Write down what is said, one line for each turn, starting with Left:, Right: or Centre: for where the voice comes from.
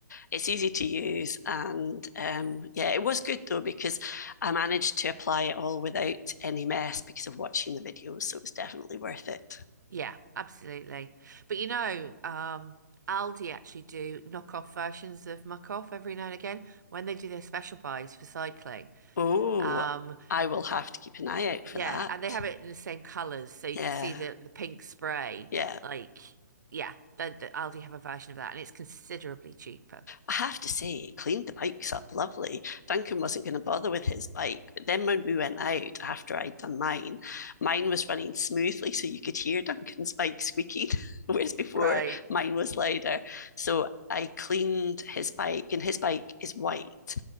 Left: It's easy to use, and um, yeah, it was good though because I managed to apply it all without any mess because of watching the videos, so it was definitely worth it.
Right: Yeah, absolutely. But you know, um, Aldi actually do knockoff versions of Muck Off every now and again when they do their special buys for cycling.
Left: Oh,
Right: Um,
Left: I will have to keep an eye out
Right: Yeah,
Left: for that.
Right: and they have it in the same colors, so you
Left: Yeah.
Right: can see the the pink spray.
Left: Yeah.
Right: Like, yeah, the, the Aldi have a version of that, and it's considerably cheaper.
Left: I have to say, it cleaned the bikes up lovely. Duncan wasn't going to bother with his bike. But then when we went out after I'd done mine, mine was running smoothly, so you could hear Duncan's bike squeaking, <laughs> whereas before
Right: Right.
Left: mine was louder. So I cleaned his bike, and his bike is white.